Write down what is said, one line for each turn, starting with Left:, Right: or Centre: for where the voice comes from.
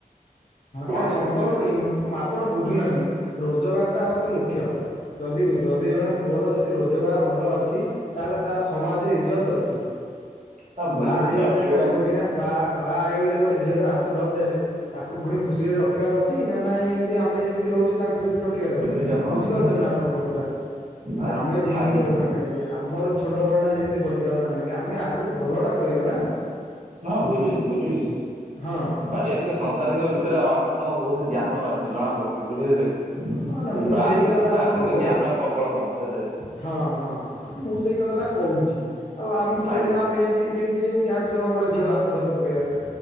Left: ହଁ, ନାଇଁ
Right: ଯେ
Left: ସମ୍ପର୍କ
Right: ବୁଝୁଛି
Left: ଇନ୍ କମ୍ ଆପଣ ବୁଝୁନାହାଁନ୍ତି, ରୋଜଗାରଟା ହଉଚି ମୁଖ୍ୟ। ଯଦି ଯଦି ଜଣେ ପୁଅର ଯଦି ରୋଜଗାର ଭଲ ଅଛି! ତାହେଲେ ତାର ସମାଜରେ ଇଜ୍ଜତ ଅଛି।
Right: ହଁ ବୁଝୁଛି
Left: ବାହା ହେଇଗଲେ
Right: ଆପଣ ଯୋଉ
Left: ଖାଲି ଥୋଡିନା ବା ବାଆ ହେଇଗଲେ ଗୋଟେ ଝିଅର ହାତ ଧରିଦେଲେ ଙ୍କୁ ଫୁଣି ଖୁସିରେ ରଖିବାର ଅଛି। ନା ନାଇଁ! ଏମିତି ଆମେ ଯେମିତି ରହୁଛେ ତାଙ୍କୁ ସେମିତି ରଖ୍ ଖିଆର
Right: ବୁଝୁଛି
Left: ଅଛି।
Right: ଆପଣଙ୍କ
Left: ବୁଝିପାରୁଛନି ନା ଆପଣଙ୍କ କଥା?
Right: କଥା
Left: ଆମେ ଯେମିତି
Right: ଆଜ୍ଞା
Left: ରହୁନା କାହିଁକି। ଆମର ଛୋଟ ବଳଟା ଯେମିତି କଟିଥାଉନା ନାଇଁକି। ଆମେ ଆଗକୁ ଭଲଟା କରିବା ନା!
Right: ହଁ, ବୁଝୁଛି ବୁଝୁଛି।
Left: ହଁ।
Right: ପାରିବାରିକ ସଂସାରିକ ବିଷୟରେ ଅ ଆପଣଙ୍କ ବହୁତ ଜ୍ଞାନ ଅଛି। ସେ ଜଣାପଡୁଚି! ବୁଝିଲେ କି,
Left: ହଁ ନା ମୁଁ
Right: ବା
Left: ସେଇ
Right: ହେଇନା
Left: କଥାଟା
Right: ସିନା
Left: ଆପଣଙ୍କୁ
Right: କିନ୍ତୁ,
Left: କହୁଛି।
Right: ଜ୍ଞାନ ପ୍ରବଳ ତମର ସେଥିରେ।
Left: ହଁ, ହଁ ନାଇଁ ମୁଁ ସେଇ କଥାଟା କହୁଛି। ଆଉ ଆମେ ଥୋଡିନା
Right: ଆଜ୍ଞା
Left: ଆମେ ଏମତି ଏମିତି ଏମିତି ହାତ ଜଣ ଗୋଡେ ଝିଅ ହାତ ଧରି ପକେଇବା।